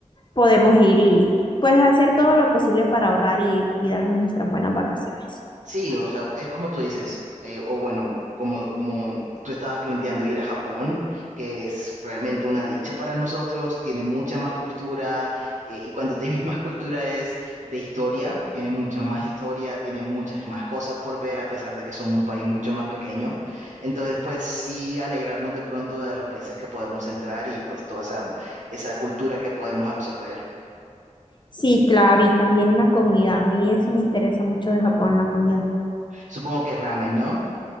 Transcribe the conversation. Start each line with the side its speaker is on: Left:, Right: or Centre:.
Left: podemos ir y pues hacer todo lo posible para ahorrar y, y darnos nuestras buenas vacaciones.
Right: Sí, o sea, es como tú dices, eh, o bueno, como, como tú estabas planteando ir a Japón, que es realmente una dicha para nosotros, tiene mucha más cultura, eh, y cuando te <laughs> digo más cultura es de historia, tiene mucha más historia, tiene muchas más cosas por ver, a pesar de que son un país mucho más pequeño. Entonces, pues sí, alegrarnos de pronto de los países que podemos entrar y pues toda esa, esa cultura que podemos absorber.
Left: Sí, claro, y también la comida, a mí eso me interesa mucho de Japón, la comida.
Right: Supongo que ramen, ¿no?